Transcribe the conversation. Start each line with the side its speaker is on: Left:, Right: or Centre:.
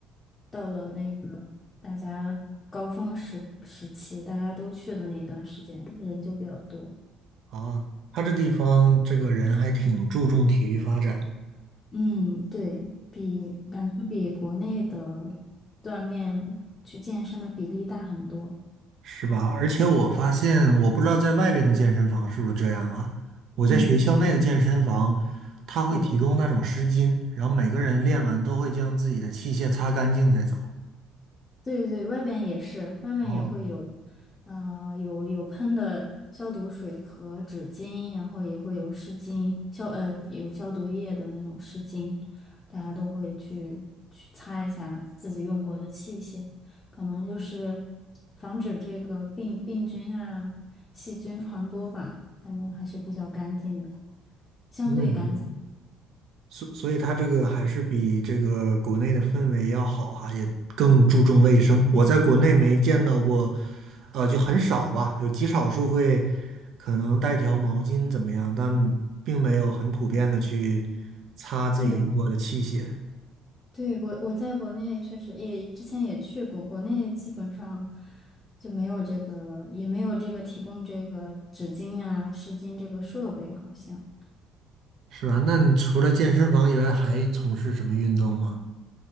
Left: 到了那个大家高峰时时期，大家都去的那一段时间，人就比较多。
Right: 吗啊，他这地方这个人还挺注重体育发展。
Left: 嗯，对，比感觉比国内的锻炼去健身的比例大很多。
Right: 是吧？而且我发现，我不知道在外边的健身房是不是这样啊？我在学校内的健身房，
Left: 嗯，
Right: 他会提供那种湿巾，
Left: 对
Right: 然后每个人练完都会将自己的器械擦干净再走。
Left: 对对，外边也是，外面也会有，
Right: 哦，
Left: 呃，有有喷的消毒水和纸巾，然后也会有湿巾，消呃有消毒液的那种湿巾，大家都会去去擦一下自己用过的器械，可能就是防止这个病病菌啊、细菌传播吧，反正还是比较干净的，相对干净。
Right: 嗯，所所以他这个还是比这个国内的氛围要好哈、也更注重卫生。我在国内没见到过，呃，就很少吧，有极少数会可能带条毛巾怎么样，但并没有很普遍的去擦自己用过的器械。
Left: 对。对，我我在国内确实也之前也去过，国内基本上就没有这个，也没有这个提供这个纸巾啊、湿巾这个设备，好像。
Right: 是吧？那你除了健身房以外，还从事什么运动吗？